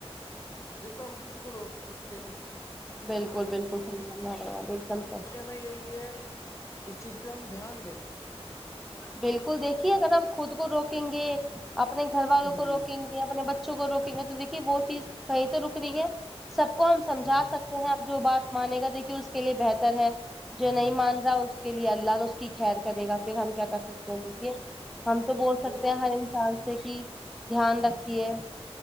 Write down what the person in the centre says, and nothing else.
بالکل بالکل س س رہے گ بھی ایک دم صح
بالکل دیکھیے اگر ہم خود کو روکیں گے اپنے گھر والوں
کو روکیں گے اپنے بچوں کو روکیں گے تو دیکھیے وہ چیز کہیں تو رک رہی ہے سب کو ہم سمھا
سکتے اب جو بات مانے گا دیکھیے اس کے لیے بہتر ہے جو
نہیں مان رہا اس کے لیے اللہ اس کی خیر کرے گا پھر ہم کیا کر سکتے ہیں دیکھیے ہم تو بول سکتے
ہیں ہر انسان
سے کہ دھیان رکھیے